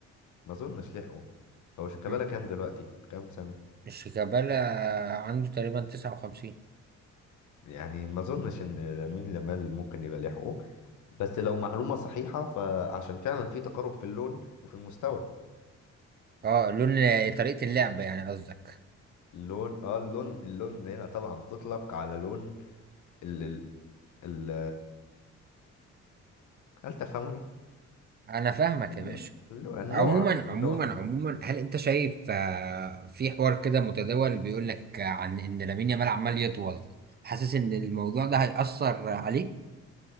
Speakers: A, on the left (about 75°); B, on the right (about 35°).
A: ما اظنش لحقه هو شيكابالا
B: مم.
A: كام دلوقتي كام سنة
B: شيكابالا آه، عنده تقريبا 59
A: يعني ما اظنش ان لامين يامال ممكن يبقى لحقه بس لو معلومة صحيحة فعشان فعلا في تقارب في اللون وفي المستوى
B: اه لون آه، طريقة اللعب يعني قصدك
A: اللون اه اللون اللون هنا طبعا تطلق على لون ال... ال... ال... هل تفهموني؟
B: انا فاهمك
A: اللون
B: يا باشا
A: اللون- النوع
B: عموما عموما
A: النوع
B: عموما هل انت شايف آه، في حوار كده متداول بيقول لك عن ان لامين يامال عمال يطول حاسس ان الموضوع ده هيأثر عليه